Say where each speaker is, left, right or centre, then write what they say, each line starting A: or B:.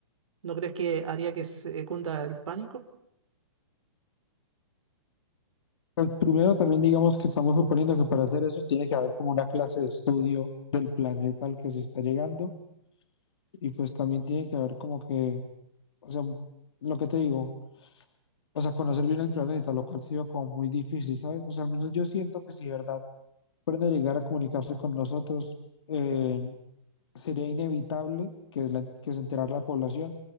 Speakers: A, on the right; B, on the left.
A: ¿No crees que haría que se cunda el pánico?
B: Primero, también digamos que estamos suponiendo que para hacer eso tiene que haber como una clase de estudio del planeta al que se está llegando y pues también tiene que haber como que, o sea, lo que te digo, o sea, conocer bien el planeta, lo cual ha sido como muy difícil, ¿sabes? O sea, al menos yo siento que si de verdad fueran a llegar a comunicarse con nosotros, eh, sería inevitable que, la- que se enterara la población,